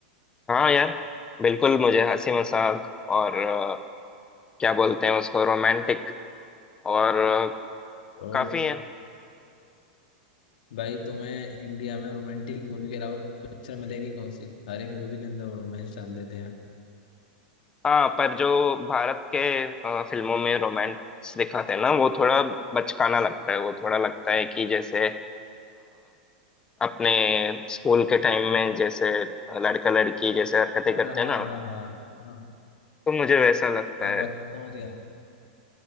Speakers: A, on the left; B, on the left.
A: हाँ यार बिल्कुल मुझे हंसी मजाक और अ, क्या बोलते हैं उसको रोमांटिक और अ,
B: ओ
A: काफी है
B: भाई तुम्हें इंडिया में रोमांटिक मूवी के अलावा पिक्चर मिलेगी कौन सी हर एक मूवी के अंदर रोमांस डाल देते हैं
A: हाँ पर जो भारत के अ, फिल्मों में रोमांस दिखाते हैं ना वो थोड़ा बचकाना लगता है वो थोड़ा लगता है कि जैसे अ, अपने स्कूल के टाइम
B: ब-
A: में जैसे लड़का लड़की जैसे हरकतें
B: हाँ
A: करते
B: हाँ
A: हैं ना
B: हाँ हाँ हाँ
A: तो मुझे वैसा लगता
B: आप
A: है
B: बताओ मुझे